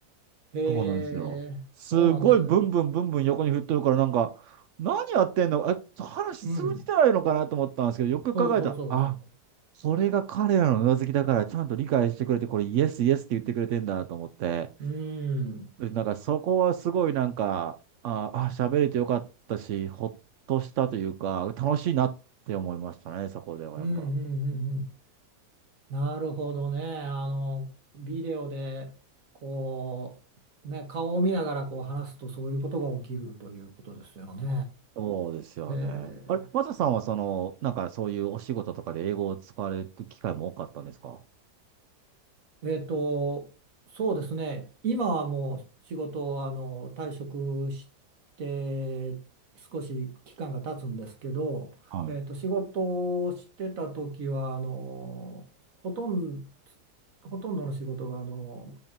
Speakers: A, on the right; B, on the right.
A: へえ、
B: そうなんですよ。すごいブンブンブンブン横に振っとるから、
A: そうなんですね。
B: なんか、何やってんのえ、話通じてないのかなと思ったんですけど、
A: うん、
B: よく考えたら、
A: そうそうそうそ
B: あ、それが彼らのうなずきだから、ちゃんと理解してくれて、これイエスイエスって言ってくれてんだと思って、
A: う。うん、うん、
B: でなんかそこはすごいなんか、ああ、喋れてよかったし、ほっとしたというか、楽しいなって思いましたね、そこではやっぱ。
A: うん、うん、うん。なるほどね。あの、ビデオで、こう、ね、顔を見ながらこう話すとそういうことが起きるということですよね。
B: そうですよね。
A: へえ。
B: あれ、マサさんはその、なんかそういうお仕事とかで英語を使われる機会も多かったんですか
A: えっと、そうですね。今はもう仕事をあの退職して少し期間が経つんですけど、
B: はい
A: えっと、仕事をしてた時はあのほとんど、ほとんどの仕事があの